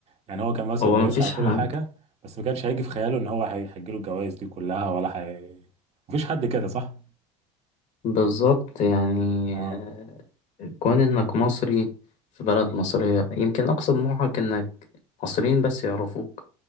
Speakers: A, on the right (about 45°); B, on the left (about 55°).
A: يعني هو كان مثلا
B: هو
A: بيسعى
B: مفيش
A: وكل
B: ح-
A: حاجة بس ما كانش هيجي في خياله ان هو هي- هيجيله الجوائز دي كلها ولا هي مفيش حد كده صح؟
B: بالظبط يعني
A: اه
B: آه، كون انك مصري في بلد مصرية يمكن اقصى طموحك انك مصريين بس يعرفوك